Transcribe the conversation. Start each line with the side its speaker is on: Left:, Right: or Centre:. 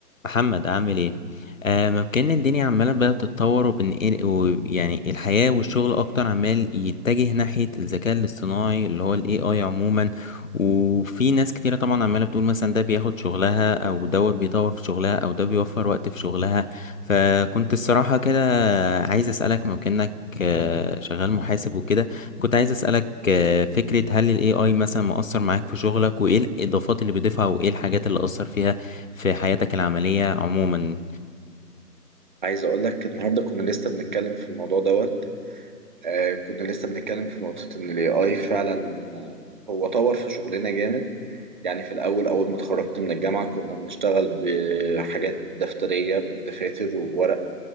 Left: محمد عامل ايه آه ممكن الدنيا عماله بقى بتتطور وبنقل ويعني الحياه والشغل اكتر عمال يتجه ناحيه الذكاء الاصطناعي اللي هو الاي اي عموما وفي ناس كتيره طبعا عماله بتقول مثلا ده بياخد شغلها او دوت بيطور في شغلها او ده بيوفر وقت في شغلها فكنت الصراحه كده عايز اسالك ممكنك آه، شغال محاسب وكده كنت عايز اسالك آه، فكره هل الاي اي مثلا مؤثر معاك في شغلك وايه الاضافات اللي بيضيفها وايه الحاجات اللي اثر فيها في حياتك العملية عموما
Right: عايز اقول لك النهارده كنا لسه بنتكلم في الموضوع دوت آه كنا لسه بنتكلم في نقطة ان الاي اي فعلا آه، هو طور في شغلنا جامد يعني في الاول اول ما اتخرجت من الجامعة كنا بنشتغل بحاجات دفترية بدفاتر وورق